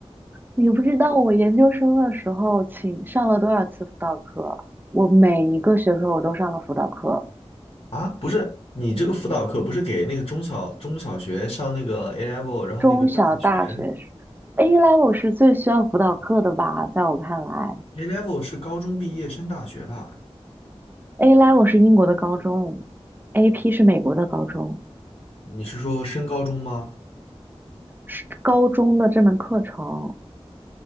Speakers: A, on the right; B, on the left.
A: 你不知道我研究生的时候请上了多少次辅导课，我每一个学科我都上了辅导课，
B: 啊，不是，你这个辅导课不是给那个中小中小学上那个 A level，然后那个大学
A: 中小大学是 A level 是最需要辅导课的吧，在我看来
B: A level 是高中毕业升大学吧？
A: ，A level 是英国的高中，AP 是美国的高中。
B: 你是说升高中吗？
A: 是高中的这门课程，